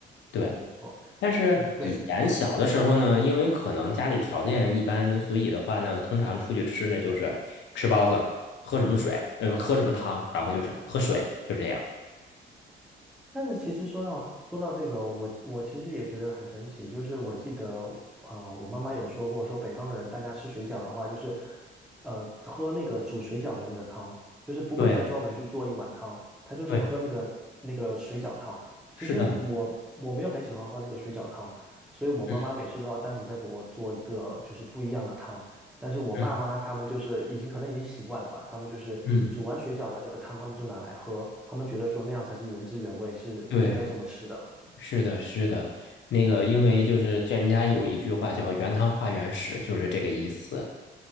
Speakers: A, in the centre; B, on the left.
A: 没错没错。
B: 对。但是以前小的时候呢，
A: 嗯，对，
B: 因为可能家里条件一般，所以的话呢，通常出去吃呢就是吃包子，喝什么水，呃，喝什么汤，然后就是喝水，就这样。
A: 但是其实说到说到这个哦我我其实也觉得很神奇，就是我记得啊、呃我妈妈有说过，说北方人大家吃水饺的话，就是呃喝那个煮水饺的那个汤，就是不会再专门去做一碗汤，
B: 对
A: 他就是喝那个那个水饺汤。
B: 对，是的，
A: 其实我我没有很喜欢喝那个水饺汤，所以我妈妈每次都要单独再给我做一个就是不一样的汤。
B: 嗯
A: 但是我爸妈他们就是已经可能已经习惯了吧，
B: 嗯
A: 他们就是煮完水饺的那个汤，
B: 嗯，
A: 他们就拿来喝，他们觉得说那样才是原汁原味，是应该这么吃的
B: 对，是的，是的，那个因为就是叫人家有一句话叫“原汤化原食”，就是这个意思。